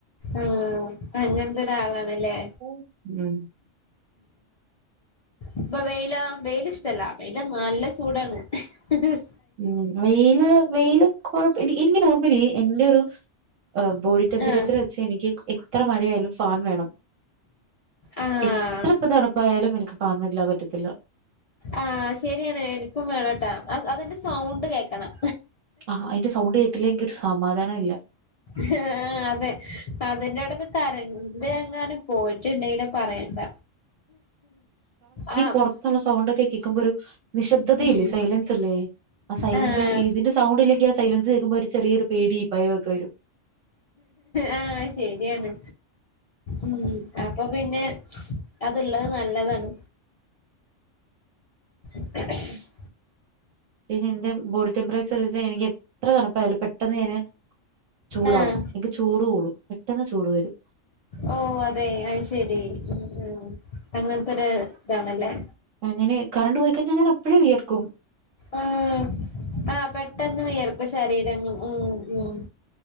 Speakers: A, on the left; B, on the right.
A: ആഹ് അങ്ങൻത്തെ ഒരാളാണല്ലേ.
B: ഉം
A: ഇപ്പ വെയിലോ, വെയില് ഇഷ് ടല്ല. വെയില് നല്ല ചൂടാണ്. ഇഹ് ഇഹ്
B: ഉം, വെയില് വെയില് കുഴപ്പല്ല്യ ഇങ്ങ നോർമലി എന്റെ ഒരു ബോഡി ടെംമ്പറേച്ചർ
A: ആഹ്
B: ക്ഷെ എനിക്ക് എത്ര മഴയാലും ഫാൻ വേണം
A: ആഹ്
B: ഇത്ര ഇപ്പ തണുപ്പായാലും എനിക്ക് ഫാനോന്നുല്ലാതെ പറ്റത്തില്ല
A: ആഹ്, ശരിയാണ് എനിക്കും വേണോട്ടാ അതിന്റെ സൗണ്ട് കേൾക്കണം
B: ആഹ് അയിന്റെ സൗണ്ട് കേട്ടില്ലെങ്കി ഒരു സമാധാനം ഇല്ല
A: ഹാ അതെ അതിന്റെടക്ക് കരണ്ടെങ്ങാനും പോയിട്ടുണ്ടെങ്കി പറയണ്ട ആ
B: പുറത്തുന്നുള്ള സൗണ്ടൊക്കെ കേൾക്കുമ്പോ ഒരു നിശ്ദതയില്ലേ
A: ഉം
B: സൈലൻസല്ലെ ആ സൈലൻസ്
A: ആഹ്
B: ഏറ്റ സൗണ്ടില്ലെങ്കിൽ ആ സൈലൻസ് കേൾക്കുമ്പോ ഒരു ചെറിയൊരു പേടി ഭയൊക്കെ വര്
A: ആ ശെരിയാണ്. ഉം, അപ്പൊ പിന്നെ അത്ള്ളത് നല്ലതാണ് <inaudible>
B: പിന്നെ എന്റെ ബോഡി ടെംമ്പറേച്ചർ വെച്ചാൽ എനിക്ക് എത്ര തണ്പ്പായാലോ പെട്ടെന്ന് ഞാന് ചൂടാവും
A: ആഹ്
B: എനിക്ക് ചൂട് കൂടും പെട്ടെന്ന് ചൂട് വരും
A: ഓ അതെ അത് ശരി ഉം ഉം അങ്ങനത്തെരു ഇതാണല്ലേ
B: ഞാന് കറണ്ട് പോയിക്കഴിഞ്ഞാൻ അപ്പോഴേ വിയർക്കും
A: ഉം ആഹ് പെട്ടെന്ന് വിയർപ്പ് ശരീരങ്ങൾ ഉം ഉം